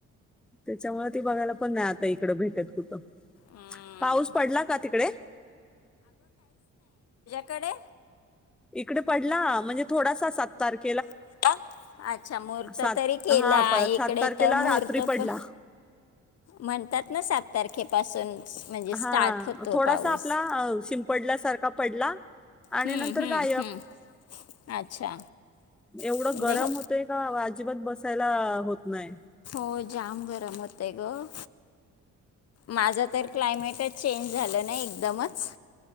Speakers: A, in the centre; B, on the left.
A: त्याच्यामुळे ती बघायला पण नाही आता इकडं भेटत कुठं.
B: हम्म.
A: पाऊस पडला का तिकडे?
B: इकडे
A: इकडे पडला म्हणजे थोडासा सात तारखे
B: <unintelligible> अच्छा महूर्त
A: सात
B: तरी केला
A: हा प-
B: इकडे
A: सात तारखेला
B: तर महूर्त
A: रात्री पडला
B: पण म्हणतात ना सात तारखेपासून स- म्हणजे स्टार्ट
A: हा
B: होतो
A: थोडासा
B: पाऊस
A: आपला शिंपडल्या सारखा पडला आणि
B: हम्म,
A: नंतर
B: हम्म,
A: गायब
B: हम्म. अच्छा
A: एवढं
B: म्हणजे
A: गरम
B: हो
A: होतय का अजिबात बसायला होत नाही.
B: होय जाम गरम होतं आहे ग.. माझं तर क्लायमेटच चेंज झालं नाही एकदमच